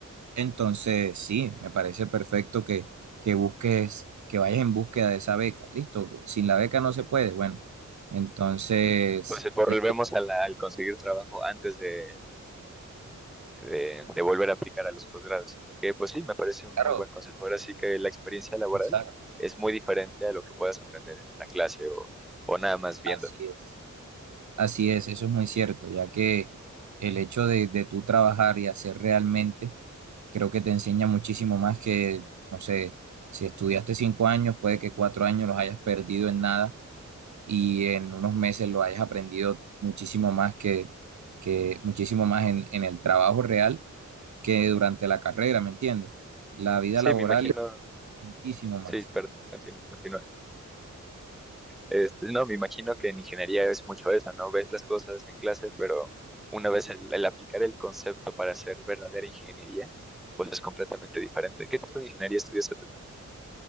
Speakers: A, on the right (about 65°); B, in the centre.
A: entonces, sí, me parece perfecto que, que busques, que vayas en búsqueda de esa beca. Listo, sin la beca no se puede. Bueno, entonces,
B: Entonces volvemos
A: ya te
B: a la- al conseguir trabajo antes de, de, de volver a aplicar a los posgrados, que pues sí, me parece un
A: claro,
B: muy buen consejo. Ahora sí que la experiencia laboral
A: exacto,
B: es muy diferente a lo que puedas aprender en una clase o, o nada más viendo.
A: así es. Así es, eso es muy cierto, ya que el hecho de, de tú trabajar y hacer realmente, creo que te enseña muchísimo más que, no sé, si estudiaste cinco años, puede que cuatro años los hayas perdido en nada y en unos meses lo hayas aprendido muchísimo más que, que muchísimo más en, en el trabajo real que durante la carrera, ¿me entiendes? La vida
B: Sí,
A: laboral,
B: me imagino.
A: muchísimo más.
B: Sí, perdón, continúa, continúa. Este, no, me imagino que en ingeniería es mucho eso, ¿no? Ves las cosas en clase, pero una vez el, el aplicar el concepto para hacer verdadera ingeniería, pues es completamente diferente. ¿Qué tipo de ingeniería estudiaste tú?